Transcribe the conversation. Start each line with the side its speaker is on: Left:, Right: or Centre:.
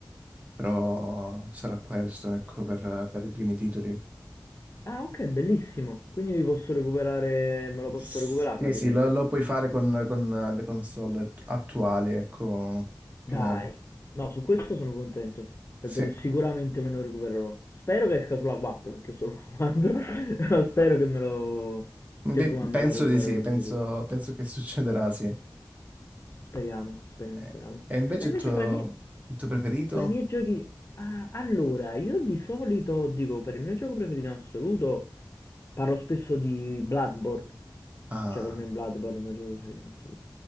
Right: però sarà questo, ecco, per, per i primi titoli.
Left: Ah, ok, bellissimo. Quindi mi posso recuperare, me lo posso
Right: Sì,
Left: recuperare praticamente.
Right: sì, lo, lo puoi fare con, con le console attuali, ecco,
Left: Dai,
Right: più o meno.
Left: no, su questo sono contento. Penso
Right: Sì.
Left: che sicuramente me lo recupererò. Spero che esca sulla 4, perché ho solo la 4. <laughs> Però Spero che me lo...
Right: Beh,
Left: Cioè, insomma, me
Right: penso
Left: lo recupererò
Right: di sì,
Left: di
Right: penso,
Left: sicuro.
Right: penso che succederà, sì.
Left: Speriamo, speriamo,
Right: Eh,
Left: speriamo.
Right: E invece
Left: No, invece
Right: il tuo,
Left: fra i miei...
Right: il tuo preferito?
Left: Fra i miei giochi, ah, allora, io di solito dico per il mio gioco preferito in assoluto, parlo spesso di Bloodborne,
Right: Ah,
Left: cioè per me Bloodborne è il mio gioco preferito in assoluto.